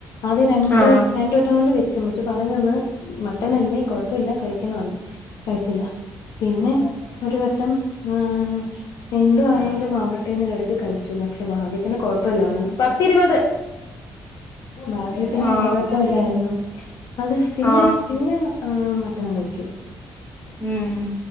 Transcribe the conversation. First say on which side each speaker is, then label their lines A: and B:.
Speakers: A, on the left (about 70°); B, on the left (about 30°).
A: ആദ്യ രണ്ട്
B: ആ
A: രണ്ട് വട്ടം കൊണ്ട് വെച്ചു ഇമ്മച്ചി പറഞ്ഞെന്ന് മ ട്ടനല്ലേ കുഴപ്പല്ല കഴിക്കെന്ന് പറഞ്ഞു കഴിച്ചില്ല പിന്നെ ഒരു വട്ടം ആഹ് എന്ത് ആയാലും ആവട്ടെന്ന് കരുതി കഴിച്ചു പക്ഷെ ഭാഗ്യത്തിന് കൊഴപ്പല്ലായിരുന്നു പത്തിരുപത് ഭാഗ്യത്തിന്
B: ആ
A: കൊഴപ്പല്ലായിരുന്നു അത് പിന്നെ
B: ആ
A: ന്നെ ആഹ് മട്ടൻ കഴിക്കും
B: ഉം